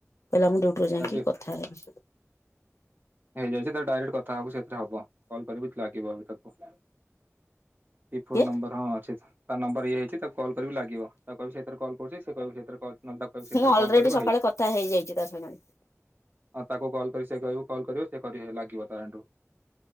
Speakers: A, on the left; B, on the right.
A: କହିଲା ମୁଁ ଡ୍ୟୁଟିରୁ ଯାଇକିଁ
B: ତାର
A: କଥା ହେବି।
B: ହେଇଯାଇଚି ତାର ଡାଇରେକ୍ଟ ହବୁ ସେଥିରେ ହବ କଲ୍ କରିବୁ ଲାଗିବ ବି ତାକୁ। ଦି ଫୋନ୍
A: କିଏ
B: ନମ୍ବର ହଁ ଅଛି। ତା ନମ୍ବର ଇଏ ହେଇଛି ତାକୁ କଲ୍ କରିବୁ ଲାଗିବ ତାକୁ କହିବୁ ସେଥିରେ କଲ୍ କରୁଛି ସେ କହିବୁ ସେ ସେଥିରେ କର ନହେଲେ ତାକୁ କହିବୁ ସେ
A: ମୁଁ
B: ତାରେ
A: ଅଲରେଡି
B: କଲ୍ କରିବ
A: ସକାଳେ
B: ହେଇଯିବ।
A: କଥା ହେଇଯାଇଛି ତା ସାଙ୍ଗରେ।
B: ହଁ ତାକୁ କଲ୍ କରିକି ଯେ କହିବୁ କଲ୍ କରିବ ସେ କରି ହେ ଲାଗିବ ତା ହାଟୁ।